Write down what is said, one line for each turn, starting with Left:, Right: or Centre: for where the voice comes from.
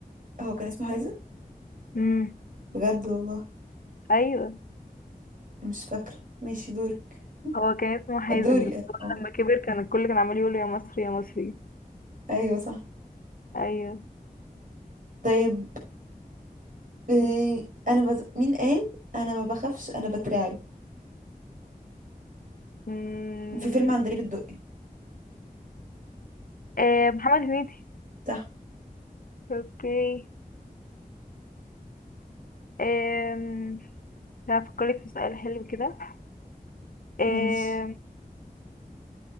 Right: هو كان اسمه حازم
Left: امم
Right: بجد والله
Left: ايوه
Right: مش فاكرة ماشي دورك <laughs>
Left: هو كان اسمه حازم
Right: دوري
Left: بس
Right: أنا.
Left: هو
Right: اه
Left: لما كبر كان الكل كان عمال يقول له يا مصري يا مصري
Right: ايوه صح
Left: ايوه
Right: طيب آه، انا بز... مين قال انا ما بخافش انا بترعب
Left: امم
Right: في فيلم عندليب الدقي
Left: آه محمد هنيدي
Right: صح
Left: اوكي امم هفكرك في سؤال حلو كده آه
Right: ماشي